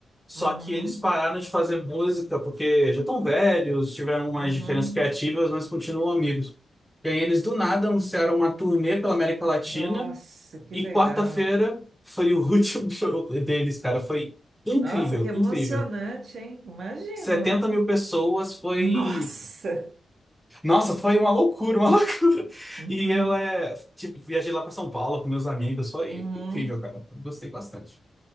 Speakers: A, in the centre; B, on the right (about 65°).
A: só
B: Uhum,
A: que eles pararam de fazer música porque já estão velhos, tiveram umas
B: uhum.
A: diferenças criativas, mas continuam amigos. E aí eles do nada anunciaram uma turnê pela América Latina
B: Nossa, que
A: e
B: legal.
A: quarta-feira foi o <laughs> último show deles, cara. Foi incrível,
B: Nossa, que emocionante,
A: incrível.
B: hein? Imagino.
A: setenta mil pessoas foi.
B: Nossa.
A: Nossa, foi uma loucura, uma <laughs> loucura.
B: Uhum,
A: E eu, é, tipo, viajei lá pra São Paulo com meus amigos. Foi
B: uhum.
A: incrível, cara. Gostei bastante.